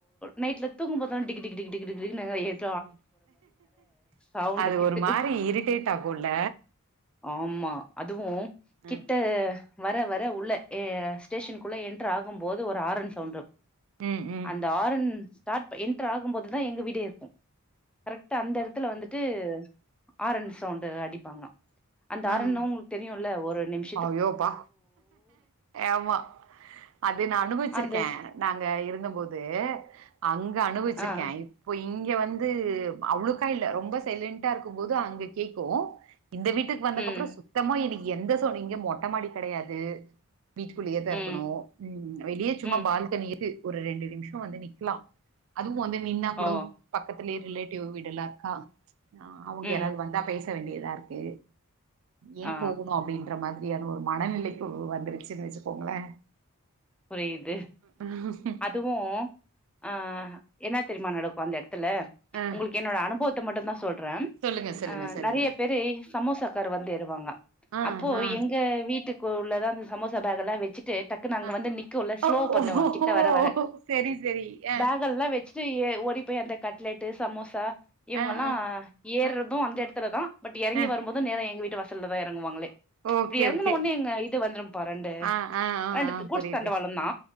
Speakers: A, in the centre; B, on the right.
A: நைட்ல தூங்கும்போதுதா டிகி டிகி டிகி டிகி டிகி டிகி டிகி டிகன்னு எத்
B: ம்
A: சவுண்டுக்கு
B: அது ஒரு மாரி இரிட்டேட் ஆகும்ல
A: ஆமா அதுவு கிட்ட
B: ம்
A: வர வர உள்ள ஏ ஸ்டேஷனுக்குள்ள என்டர் ஆகும் போது ஒரு ஆரன் சவுண்ட்
B: ம் ம்
A: அந்த ஆரன் ஸ்டார்ட் என்டர் ஆகும்போதுதா எங்க வீடே இருக்கு கரெக்ட்டா அந்த எடத்துல வந்துட்டு ஆரன் சவுண்டு
B: ம்.
A: அடிப்பாங்க அந்த ஆரன்தா
B: ஆ
A: உங்ளுக்கு தெரியும்ல ஒரு நிம்
B: ஐயோப்பா ஆமா அது நா அனுபவிச்சிருக்கே
A: அந்த ஸ்
B: நாங்க இருந்தபோது அங்க அனுபவிச்சிருக்கே
A: ஆ
B: இப்போ இங்க வந்து அவுளுக்கா இல்ல ரொம்ப சைலண்டா இருக்கு போது அங்க கேக்கு இந்த வீட்டுக்கு வந்துக்கு
A: ம்
B: அப்றோ சுத்தமா எனக்கி எந்த சவுண்ட் இங்க மொட்ட மாடி கெடையாது வீட்டுக்குள்ளயேதா இருக்கணு
A: ம்
B: ம் வெளிய சும்மா
A: ம்
B: பால்கனில இது ஒரு ரெண்டு நிமிஷோ வந்து நிக்கலா அதுவு வந்து நின்னா கூடோ
A: ஓ
B: பக்கத்துலயே ரிலேட்டிவ் வீடு எல்லா இருக்கா ஆ அவுங்க
A: ம்
B: யாராது வந்தா பேச ச வேண்டியதா இருக்கு ஏ
A: ஆ
B: போகணு அப் ருக்குற மாதிரியான ஒரு மனநிலை இப்போ வந்துருச்சுன்னு வச்சுக்கோங்களே
A: புரியுது
B: ம்
A: அதுவு ஆ என்ன தெரியுமா நடக்கு அந்த எடத்துல
B: ஆ
A: உங்களுக்கு என்னோட அனுபவத் த்த மட்டுந் தா சொல்றே
B: சொல்லுங்க சொல்லுங்க
A: அ
B: சொல்லுங்க
A: நெறைய பேரு சமோசாக்காரு வந்து ஏறுவாங்க
B: ஆ
A: அப்போ
B: ஆ
A: எங்க வீட்டுக் க்கு உள்ளதா அந்த சமோசா பேக்ல்லா வச்சுட்டு டக்குனு அங்க
B: ஆ
A: வந்து நிக்குல ஸ்லோ
B: ஓ
A: பண்ணுவாங்க
B: ஓஹோ
A: கிட் கிட்ட வர வர
B: செரி செரி ஆ
A: பேக்கெல்லா வச் ச்சி எ ஓடி போயி அந்த கட்லெட்டு சமோசா இவுங்கல்லா
B: ஆ ஆ
A: ஏற்றது
B: ஆ
A: அந்த எடத்துல தா பட் எறங்கி
B: ஆ
A: வருபோது நேர எங்க வீட்டு வாசல்ல தா எறங்குவாங்களே
B: ஓகே
A: இப்டி எறங்குன
B: ஓகே
A: ஒன்னே எங்க இது வந்துரும்பா ரெண்டு
B: ஆ ஆ ஆ
A: ரெண்டு
B: ஆ
A: குட்ஸ்
B: புரியுது
A: தண்டவாளம் தா